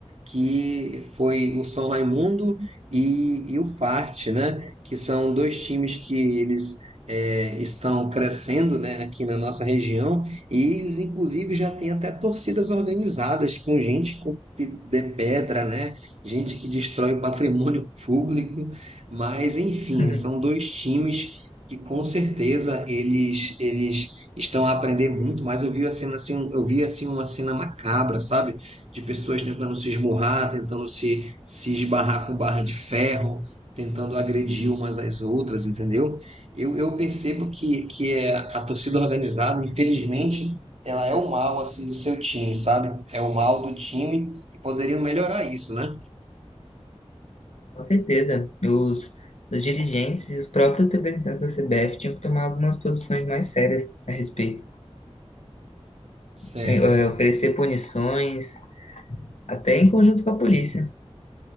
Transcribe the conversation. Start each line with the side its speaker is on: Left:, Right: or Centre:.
Right: que foi o São Raimundo e, e o FART, né? Que são dois times que eles eh, estão crescendo, né, aqui na nossa região, e eles inclusive já têm até torcidas organizadas com gente com pi- de pedra, né? Gente que destrói o patrimônio público, mas enfim,
Left: <laughs>
Right: são dois times que com certeza eles eles estão a aprender muito mais. Eu vi a cena assim, eu vi assim uma cena macabra, sabe? De pessoas tentando se esmurrar, tentando se se esbarrar com barra de ferro, tentando agredir umas às outras, entendeu? Eu, eu percebo que que é a torcida organizada, infelizmente, ela é o mal assim do seu time, sabe? É o mal do time e poderiam melhorar isso, né?
Left: Com certeza. Os, os dirigentes e os próprios representantes da CBF tinham que tomar algumas posições mais sérias a respeito.
Right: Certo.
Left: Eh, oferecer punições, Até em conjunto com a polícia.